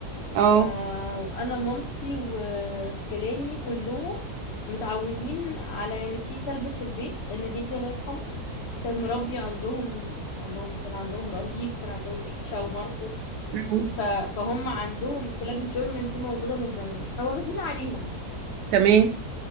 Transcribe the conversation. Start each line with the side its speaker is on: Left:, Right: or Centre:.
Right: اه
Left: أه وأنا مامتي وخلاني كلهم متعودين على إن في كلب في البيت لأن جدي الله يرحمه كان مربي عندهم عندهم كان عندهم رهيب كان عندهم بيتشا وماركو
Right: مم.
Left: ف... فهم عندهم الكلاب الجيرمان دي موجودة من زمان فواخدين عليهم يعني
Right: تمام